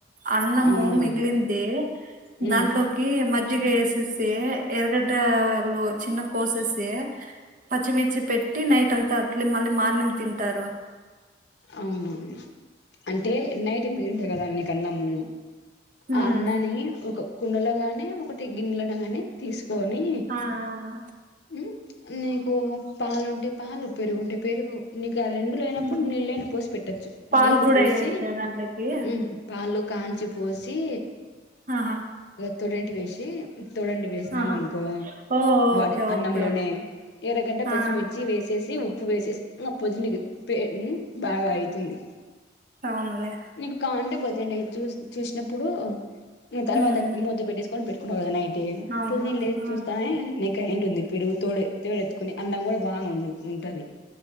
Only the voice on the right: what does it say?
అన్నము
మిగిలింది
దాంట్లోకి మజ్జిగ వేసేస్తే ఎరగడ్డ వాళ్ళు చిన్న కోసేసి పచ్చిమిర్చి పెట్టి నైట్ అంతా అట్ మళ్ళీ మార్నింగ్ తింటారు
ఉమ్
ఆ అవును
ఉమ్.
పాలు
కూడా
వేయొచ్చా దాంట్లోకి
ఆహా
ఆహా
ఓ
ఓకే
ఓకే
ఆ
అవునులే
ఉమ్,
అవును
ఆ,